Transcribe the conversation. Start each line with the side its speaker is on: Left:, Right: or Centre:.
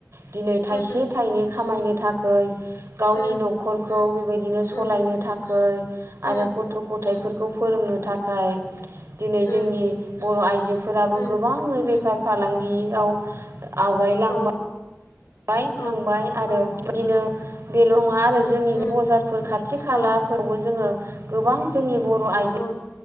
Right: दिनै थाइसे
Left: उम
Right: थाइनै खामायनो थाखोय गावनि
Left: उम
Right: न'खरखौ बेबायदिनो
Left: उम
Right: सलायनो थाखै
Left: उम
Right: आरो गथ' गथ थाइफोरखौ फोरोंनो थाखाय दिनै
Left: उम
Right: जोंनि बर' आइजोफोराबो
Left: उम
Right: गोबाङै बेफार फालांगियाव आवगायलांबा
Left: औ
Right: बाय
Left: औ
Right: थांबाय आरो
Left: औ
Right: बिदिनो बेल' नङा आरो जोंनि
Left: उम
Right: बे बजारफोर खाथि खालाफोरावबो
Left: औ
Right: जोङो गोबां जोंनि बर' आइजो
Left: औ